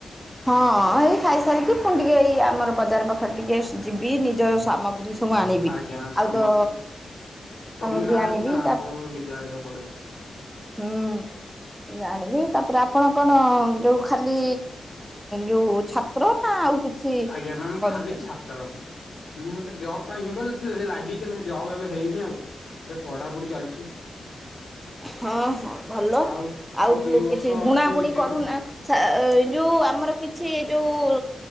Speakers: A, in the centre; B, on the left (about 80°).
A: ହଁ ଏଇ ଖାଇସାରିକି ପୁଣି ଟିକେ ଏଇ ଆମର ବଜାର ପାଖରେ ଟିକେ ଯିବି ନିଜର ସାମଗ୍ରୀ ସବୁ ଆଣିବି
B: ଆଜ୍ଞା ସାମଗ୍ରୀ
A: ଆଉ ତ
B: ସ୍ୱାମୀ
A: ସାମଗ୍ରୀ
B: ନାହାନ୍ତି
A: ଆଣିବି
B: ନା ଆପଣଙ୍କୁ
A: ତା
B: ନିଜେ ଆଣିବାକୁ ପଡିବ।
A: ହୁଁ। ଜାଣିବି ତାପରେ ଆପଣ କଣ ଯୋଉ ଖାଲି ଯୋଉ ଛାତ୍ର ନା ଆଉ କିଛି
B: ଆଜ୍ଞା ମ୍ୟାମ
A: କରୁଛନ୍ତି?
B: ଖାଲି ଛାତ ତ୍ର ମ୍ୟାମ୍ ମତେ ଜବ ପାଇଁ ଏବୋ ଲାଗିଚି ହେଲେ ଜବ ଏବେ ହେଇନି ଆଉ ଏବେ ପଢାପଢି ଚାଲିଛି।
A: ହଁ ହଁ ଭଲ
B: ଆଉ
A: ଆଉ ବୁ
B: ଦି ବର୍ଷ
A: କିଛି ବୁଣା
B: ଅଛି
A: ବୁଣି
B: ବିଟେକ୍
A: କରୁନା। ଏ ଯୋଉ ଆମର କିଛି ଏ ଯୋଉ